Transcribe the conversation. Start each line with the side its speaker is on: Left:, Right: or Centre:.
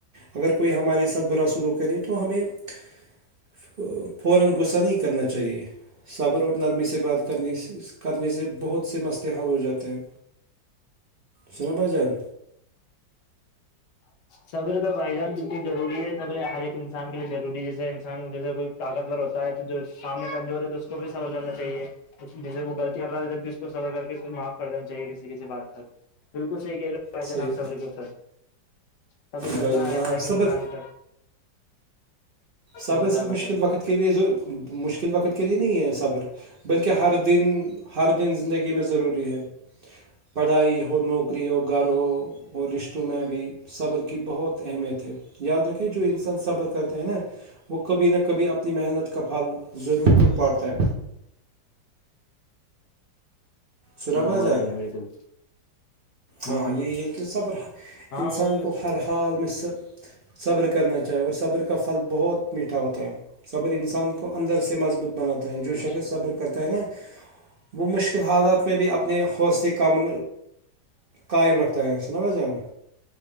Right: اگر کوئی ہمارے ساتھ برا سلو کرے تو ہمیں <inaudible> صبر اور نرمی سے بات کرنی کرنے سے بہت سے مست حال ہو جاتے ہیں شناہ بجان
Left: سبر پہ بھائی جان بٹی ضروری ہے سبر ہر ایک انسان کے لیے ضروری ہے جیسے جیسے کوئی طاقت ور ہوتا ہے تو جو سامنے کمزور ہے تو اس کو بھی سفر کرنا چاہیے جیسے وہ غلطی ہ رہا ہے جب بھی اس کو سفر کر کے اس کو معاف کر دا چاہیے کسی کسی بات پر بالکل صح کہہ رہے
Right: صحیح
Left: جان آب صبر کے اوپر صبر کرنا
Right: بھائی جان
Left: ہے
Right: ہاں
Left: ہر ایک
Right: صبر
Left: انظان کا
Right: صبر
Left: ہاں بتایا
Right: صرف مشکل
Left: بتایا
Right: وقت کے لئے مشکل وقت کے لئے نہیں ہے صبر بلکہ ہر دن ہر دن زندگی میں ضروری ہے پڑھائی ہو نوکری ہو گھر ہو اور رشتوں میں ابھی صبر کی بہت اہمیت ہے یاد رکھے جو انسان صبر کا کرتے ہیں نا وہ کبھی نہ کبھی اپنی محنت کا پھل ضرور پاڑتا ہے سنا
Left: ہاں
Right: بھائی جان
Left: بائی بالکل ہ
Right: ہاں یہ ہے کہ صبر
Left: ہاں
Right: انسان
Left: وہ تو
Right: کو ہر حال میں صبر کرنا چاہیے اور صبر کا پھل بہت میٹھا ہوتا ہے صبر انسان کو اندر سے مضبوط بناتا ہے جو
Left: ہ
Right: شکص صبر کرتا ہے نا وہ مشکل حالات میں بھی اپنے حوصل کم قائم رکھتا ہے نا ب جان